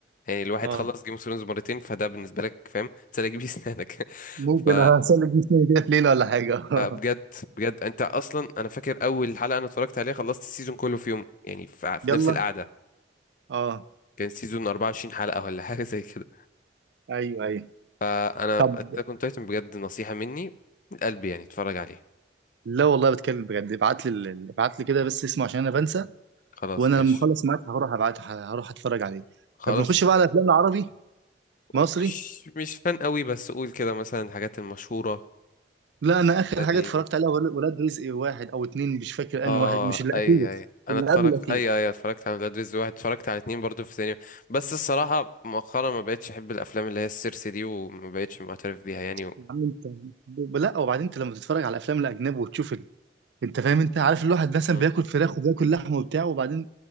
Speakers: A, on the left; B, on the right.
A: يعني الواحد
B: اه
A: خلص جيم اوف ثرونز مرتين فده بالنسبه لك فاهم تسلك بيه سنانك <laughs>
B: ممكن
A: ف
B: اسلك جسمي كده في ليله ولا حاجه <laughs>
A: بجد بجد انت اصلا انا فاكر اول حلقه انا اتفرجت عليها خلصت السيزون كله في يوم يعني في في
B: يلا
A: نفس القعده
B: اه
A: كان سيزون 24 حلقة ولا حاجة زي كده
B: ايوه ايوه
A: فأنا
B: طب
A: أتاك أون تايتن بجد نصيحة مني من قلبي يعني اتفرج عليه
B: لا والله بتكلم بجد ابعت لي ال- ابعت لي كده بس اسمه عشان انا بنسى
A: خلاص
B: وانا
A: ماشي
B: لما اخلص معاك هروح ابعته ه- هروح اتفرج عليه
A: خلاص
B: طب نخش بقى على افلام العربي مصري
A: مش مش فان قوي بس قول كده مثلا الحاجات المشهورة
B: لا انا اخر
A: قديمة
B: حاجه اتفرجت عليها ول- ولاد رزق واحد او اتنين مش فاكر
A: اه
B: انهي واحد مش الاخير
A: اي اي انا
B: اللي
A: اتفرجت
B: قبل الاخير
A: اي اي اتفرجت على ولاد رزق واحد اتفرجت على اتنين برضو في السينما بس الصراحة مؤخرا ما بقتش احب الافلام اللي هي السيرسي دي وما بقتش معترف بيها يعني
B: يا عم انت ب- لا وبعدين انت لما تتفرج على الافلام الاجنبي وتشوف انت فاهم انت عارف الواحد مثلا
A: و...
B: بياكل فراخ وبياكل لحمه وبتاع وبعدين